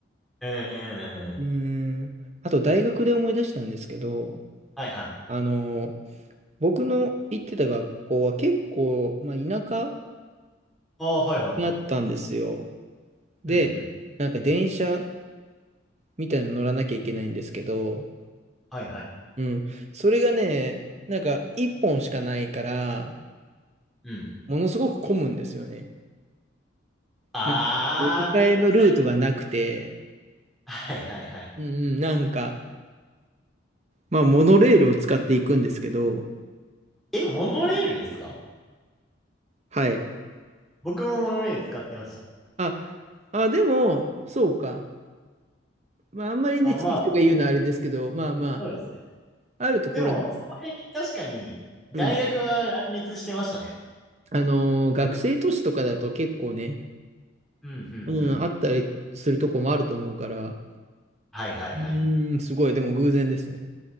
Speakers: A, in the centre; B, on the right.
A: うんうんうん。
B: うん。あと、大学で思い出したんですけど、
A: はいはい。
B: あの、僕の行ってた学校は結構、まあ、田舎
A: ああ、はいはい。
B: にあったんですよ。で、
A: うんうん。
B: なんか電車みたいなの乗らなきゃいけないんですけど、
A: はいはい。
B: うん。それがね、なんか一本しかないから、
A: うん。
B: ものすごく混むんですよね。
A: ああ、
B: なんか乗り換えのルートがなくて、
A: めっちゃ、はいはいはい。
B: うんうん、なんか、まあ、モノレールを使っていくんですけど、
A: え、モノレールですか
B: はい。
A: 僕もモノレール使ってました。
B: あ、あ、でも、そうか。まあ、あんまりね、
A: あ、
B: 地域とか言うのはあれですけど、
A: まあ、
B: まあま
A: そうですね。
B: あ、あるところで、
A: でも、その辺に確かに、大学は乱立してましたね。
B: うん。あのー学生都市とかだと結構ね、
A: うんうんうん。
B: うん、あったりするとこもあると思うから、
A: はいはいはい。
B: うん、すごい、でも偶然ですね。